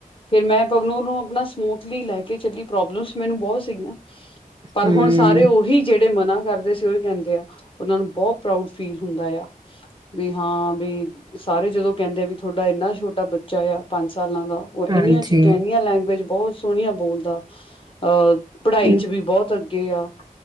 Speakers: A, on the left; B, on the right.
A: ਫੇਰ ਮੈਂ ਪਵਨੂਰ ਨੂੰ ਆਪਣਾ ਸਮੂਥਲੀ ਲੈ ਕੇ ਚੱਲੀ ਪ੍ਰੋਬਲਮਸ ਮੈਨੂੰ ਬਹੁਤ ਸੀਗੀਆਂ। ਪਰ
B: ਹੂੰ,
A: ਹੁਣ ਸਾਰੇ ਉਹੀ ਜਿਹੜੇ ਜਿਹੜੇ ਮਨਾ ਕਰਦੇ ਸੀ, ਉਹੀ ਕਹਿੰਦੇ ਆ, ਉਹਨਾਂ ਨੂੰ ਬਹੁਤ ਪ੍ਰਾਊਡ ਫੀਲ ਹੁੰਦਾ ਆ, ਵੀ ਹਾਂ ਵੀ ਸਾਰੇ ਜਦੋਂ ਕਹਿੰਦੇ ਆ ਵੀ ਤੁਹਾਡਾ ਇੰਨਾ ਛੋਟਾ ਬੱਚਾ ਆ ਪੰਜ ਸਾਲਾਂ ਦਾ ਉਹ ਇੰਨੀਆਂ
B: ਹਾਂਜੀ।
A: ਚੀਜ਼ਾਂ ਇੰਨੀਆਂ ਲੈਂਗੁਐਜ ਬਹੁਤ ਸੋਹਣੀਆਂ ਬੋਲਦਾ ਅਹ ਪੜ੍ਹਾਈ
B: ਹੂੰ,
A: ਚ ਵੀ ਬਹੁਤ ਅੱਗੇ ਆ।